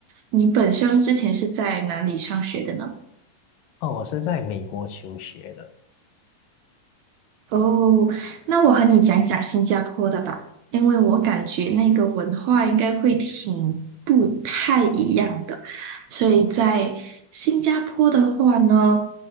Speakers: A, on the right; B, on the left.
A: 你本身之前是在哪里上学的呢？
B: 哦，我是在美国求学的。
A: 哦，那我和你讲讲新加坡的吧，因为我感觉那个文化应该会挺不太一样的，所以在新加坡的话呢，